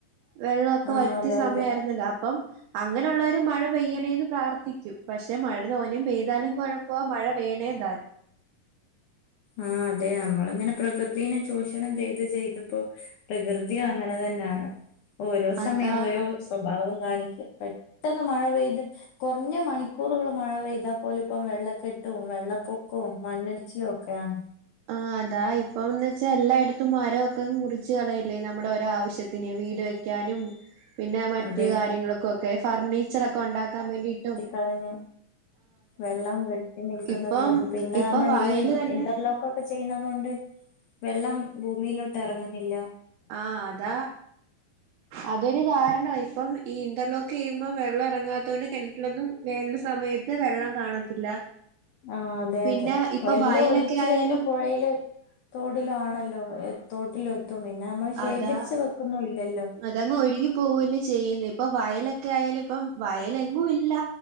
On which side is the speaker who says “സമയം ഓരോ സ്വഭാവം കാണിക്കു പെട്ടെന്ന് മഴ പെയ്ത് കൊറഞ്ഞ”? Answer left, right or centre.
Left